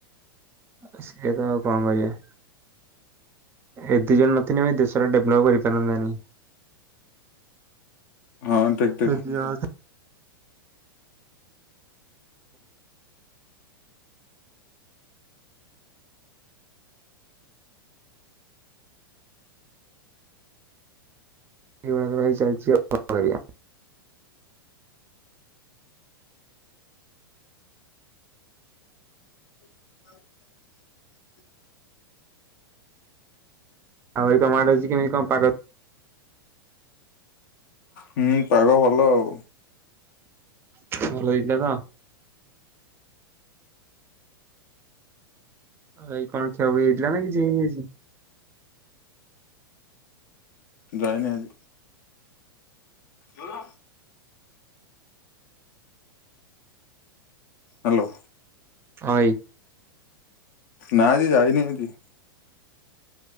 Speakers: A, on the right; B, on the left.
A: ଆଉ ସେୟା ତ ଆଉ କଣ କରିବା। ଏ ଦି ଜଣ ନଥିଲେ ଭାଇ ଦେଶର ଡେଭଲପ କରିପାରନ୍ତାନି।
B: ହଁ ଠିକ ଠିକ।
A: ଏ ଦି ଜଣ ଅଛନ୍ତି ଏ ଭଳିଆ ତ ଭାଇ ଚାଲିଚି କଣ କରିଆ।
B: <inaudible>
A: ଆଉ ଏଇ ତମ ଆଡ଼େ ଅଛି କେମତି କଣ ପାଗ?
B: ହୁଁ ପାଗ ଭଲ ଆଉ।
A: ଭଲ ହେଇଥିଲା ତ? ଆଉ ଏଇ କଣ <unintelligible> ହେଇଥିଲା ନା କିଛି ହେଇନି ଆଜି?
B: ଜଏନ୍ ହେନି ହଁ। ହାଲୋ।
A: ଅଁ ଇ
B: ନା ଆଜି ଯାଇନି ନାହାନ୍ତି।